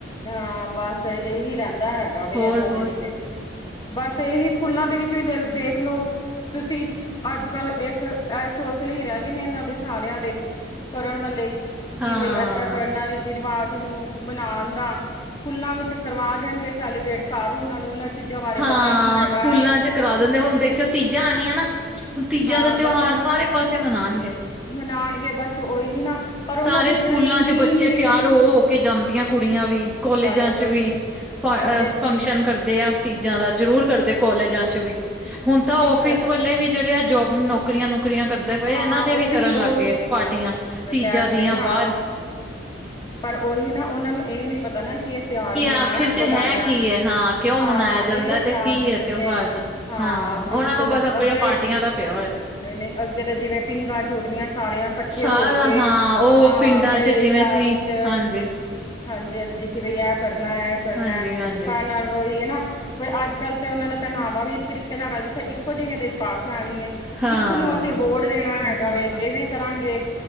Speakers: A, on the left; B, in the centre.
A: ਹਾਂ ਬਸ ਇਹੀ ਰਹਿੰਦਾ ਹੈਗਾ ਵ ਇਹਨਾਂ
B: ਹੋਰ
A: ਦੇ
B: ਹੋਰ
A: ਵਿੱਚ ਬਸ ਇਹੀ ਸਕੂਲਾਂ ਦੇ ਵਿੱਚ ਵੀ ਲ ਦੇਖ ਲਓ ਤੁਸੀਂ ਅੱਜ ਕੱਲ੍ਹ ਇੱਕ ਇਹ ਸੋਚ ਲਈ ਰਹਿ ਗਏ ਨੇ ਇਹਨਾਂ ਦੇ ਸਾਰਿਆਂ ਦੇ ਕਰਨ ਵਾਲੇ ਕਿ
B: ਹਾਂ
A: ਬਈ ਏਦਾਂ ਕਰਨਾ ਰੀਤੀ ਰਿਵਾਜ ਨੂੰ ਮਨਾਉਣ ਦਾ ਸਕੂਲਾਂ ਵਿੱਚ ਕਰਵਾ ਦੇਣਗੇ ਸੈਲੀਬ੍ਰੇਟ ਕਰ ਉਹਨਾਂ ਨੂੰ ਇਹਨਾਂ ਚੀਜ਼ਾਂ ਬਾਰੇ
B: ਹਾਂ
A: ਪਤਾ ਹੀ ਨਹੀਂ ਹੈਗਾ
B: ਸਕੂਲਾਂ ਚ ਕਰਾ ਦਿੰਦੇ ਹੁਣ ਦੇਖਿਓ ਤੀਜਾ ਆਣੀਆਂ ਨਾ ਹੁਣ ਤੀਜਾ
A: ਹਾਂ
B: ਦਾ ਤਿਉਹਾਰ
A: ਬਸ ਉਹਨਾਂ
B: ਸਾਰੇ ਪਾਸੇ ਮਨਾਉਣਗੇ
A: ਮਨਾਉਣਗੇ ਬਸ ਉਹੀ ਨਾ ਪਰ ਉਹਨਾਂ
B: ਸਾਰੇ
A: ਦੀ
B: ਸਕੂਲਾਂ
A: ਜਿਹੜੀ
B: ਚ
A: ਮੇਨ
B: ਬੱਚੇ
A: ਮੀਨਿੰਗ
B: ਤਿਆਰ ਹੋ ਹੋ ਕੇ ਜਾਂਦੀਆਂ ਕੁੜੀਆਂ ਵੀ ਕੋਲੇਜਾਂ
A: ਪਰ ਉਹੀ
B: ਚ ਵੀ ਫੰਕਸ਼ਨ
A: ਹਾਂਜੀ ਹਾਂਜੀ
B: ਕਰਦੇ ਆ ਤੀਜਾਂ ਦਾ ਜ਼ਰੂਰ ਕਰਦੇ ਕੋਾਲਜਾਂ ਚ ਵੀ ਹੁਣ ਤਾਂ
A: ਨਹੀਂ ਕਰ
B: ਫਿਸ ਵਾਲੇ ਵੀ ਜਿਹੜੇ ਆ ਜੋਬ ਨੌਕ ਨੌਕਰੀਆਂ ਨੁਕਰੀਆਂ ਕਰਦੇ
A: ਹਾਂ
B: ਪਏ
A: ਹਾਂ
B: ਇਹਨਾਂ ਦੇ
A: ਉਹ
B: ਵੀ ਕਰਨ
A: ਉਹ
B: ਲੱਗ
A: ਵੀ
B: ਗਏ ਪਾਰਟੀਆਂ
A: ਸ਼ਿਕਾਇਤ
B: ਤੀਜਾ
A: ਰਹੀ
B: ਦੀਆਂ
A: ਨਾ
B: ਬਾਹਰ
A: ਪਰ ਉਹੀ ਨਾ ਉਹਨਾਂ ਨੂੰ ਇਹ ਨ ਪਤਾ ਨਾ ਕੀ ਇਹ ਤਿਉਹਾਰ ਮਨਾਇਆ
B: ਆਖਿਰ
A: ਕਿ
B: ਚ
A: ਜਾਂਦਾ
B: ਹੈ ਕੀ ਹੈ ਹਾਂ ਕਿਉਂ
A: ਹਾਂ
B: ਮਨਾਇਆ ਜਾਂਦਾ
A: ਇਹ
B: ਤੇ
A: ਤਿਉਹਾਰ
B: ਕੀ ਹੈ ਤਿਉਹਾਰ
A: ਤੇ
B: ਦਾ
A: ਹਾਂ ਬਿਲਕੁਲ
B: ਉਹਨਾਂ ਨੂੰ ਬਸ ਆਪਣੀਆਂ
A: ਅੱਗੇ
B: ਪਾਰਟੀਆਂ ਦਾ ਪਿਆ ਹੋਇਆ।
A: ਨਹੀਂ ਨਹੀਂ ਅੱਗੇ ਤਾਂ ਜਿਵੇਂ ਪਿੰਗਾਂ ਛੂੱਟਣੀਆਂ ਸਾਰੀਆਂ ਇਕੱਠੇ
B: ਸਾਰਾ
A: ਹੋ ਕੇ
B: ਹਾਂ ਉਹ
A: ਹਾਂ
B: ਪਿੰਡਾਂ
A: ਬਈ
B: ਚ ਜਿਵੇਂ
A: ਤਾਂ
B: ਸੀ
A: ਬਥ
B: ਹਾਂਜੀ
A: ਹਾਂਜੀ ਹਾਂਜੀ ਕਿ ਬਈ ਇਹ ਕਰਨਾ ਇਹ ਕਰਨਾ
B: ਹਾਂਜੀ
A: ਹੈ
B: ਹਾਂਜੀ
A: ਸਾਡੇ ਨਾਲ ਵਹੀ ਹੈ ਨਾ ਫਿਰ ਅੱਜ ਕੱਲ੍ਹ ਤਾਂ ਉਹਨਾਂ ਦਾ ਪਹਿਨਾਵਾ ਵੀ ਇਸ ਤਰੀਕੇ ਨਾਲ ਕਰ ਦਿੱਤਾ ਇੱਕੋ ਜਿਵੇਂ ਦੇਰਪਕ ਕਣੀਏ
B: ਹਾਂ
A: ਇੱਕ ਨੂੰ ਅਸੀਂ ਅਬੋਰਡ ਦੇਣਾ
B: ਹਾਂ
A: ਹੈਗਾ
B: ਹਾਂ
A: ਵ ਇਵੇਂ
B: ਹਾਂ
A: ਕਰਾਂਗੇ